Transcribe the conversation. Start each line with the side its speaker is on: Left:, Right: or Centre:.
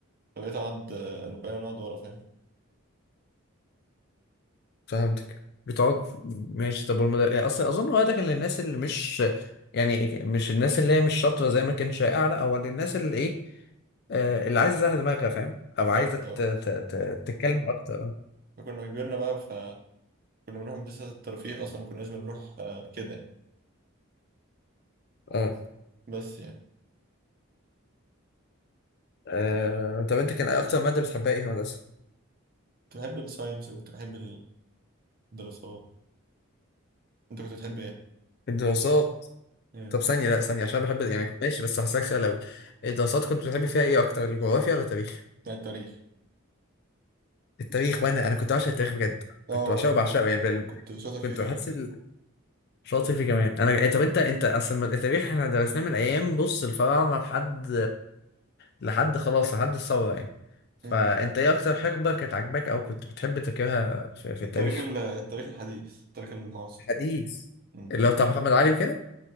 Right: فبقيت اقعد آه، بقينا نقعد ورا فاهم
Left: فهمتك بتقعد ماشي طب والمدر... يعني اصلا اظن هو ده كان للناس اللي مش يعني مش الناس اللي هي مش شاطره زي ما كان شائع لا هو للناس اللي ايه آه، اللي عايزه تزهق دماغها فاهم
Right: بالظبط
Left: او عايزه ت...
Right: اه
Left: ت... ت... تتكلم اكتر
Right: فكنا كبرنا بقى فكنا بنروح مدرسة الترفيه أصلا ما كناش بنروح آه، كده
Left: اه
Right: بس يعني
Left: آه، طب انت كان اكتر ماده بتحبها ايه في المدرسه
Right: كنت بحب الساينس وكنت بحب الدراسات انت كنت بتحب ايه؟
Left: الدراسات
Right: مم.
Left: طب ثانيه لا ثانيه عشان بحب يعني ماشي بس هسألك سؤال الاول الدراسات كنت بتحبي فيها ايه اكتر الجغرافيا ولا التاريخ
Right: بتاع التاريخ
Left: التاريخ وانا انا كنت بعشق التاريخ بجد
Right: اه
Left: كنت بعشقه
Right: وانا
Left: بعشقه يعني بال-
Right: كنت شاطر فيه
Left: كنت
Right: كمان
Left: بحس ال... شاطر فيه كمان انا طب انت انت اصل ما- التاريخ احنا درسناه من ايام بص الفراعنه لحد لحد خلاص لحد الثوره يعني فانت
Right: مم.
Left: ايه اكتر حقبه كانت عاجباك او كنت بتحب تذاكرها في, في
Right: التاريخ
Left: التاريخ
Right: ال- التاريخ الحديث التاريخ المعاصر
Left: حديث
Right: مم.
Left: اللي هو بتاع محمد علي وكده